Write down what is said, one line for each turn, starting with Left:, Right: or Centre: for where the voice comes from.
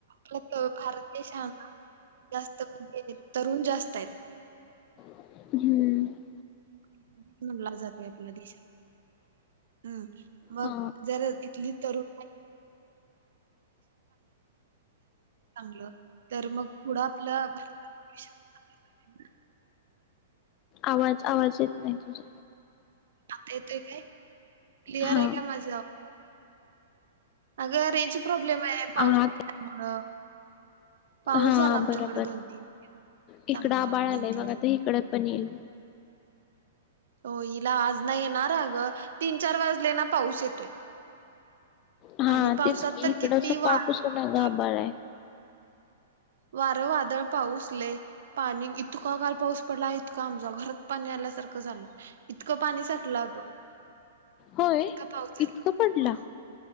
Right: भारत देशात ना तरुण जास्त...
Left: हं
Right: <inaudible> म्हनला जातेय आपल्या देशात. हा. मग
Left: हा
Right: जर इथली तरुण <unintelligible> तर मग पुढ आपलं <unintelligible>
Left: आवाज, आवाज येत नाही तुझा.
Right: आता येतोय काय? क्लिअर
Left: हा
Right: आहे काय माझ अग रेंज प्रॉब्लेम काय पाऊस
Left: हा
Right: मुळ पाऊस
Left: हा
Right: झाला आमच्याकडे
Left: बरोबर
Right: दोन तीन
Left: इकडं
Right: चांगला
Left: आबाळ
Right: दोन
Left: आलंय बघ
Right: तीन दिव
Left: आता इकडं पण येईल
Right: हो हिला आज नाही येणार अग तीन चार वाजले ना पाऊस येतोय.
Left: हा
Right: आणि पावसात
Left: तेच की
Right: तर
Left: इकड
Right: किती
Left: सकाळपासून
Right: वारं
Left: अग
Right: वादळ
Left: आभाळ हाय
Right: वारं वादळ पाऊस लई पाणी, इतका काल पाऊस पडला इतका आमचा घरात पाणी आल्यासारखं झालं इतकं पाणी साठलं अगं
Left: होय
Right: इतका पाऊस
Left: इतकं
Right: झाला
Left: पडला.
Right: हो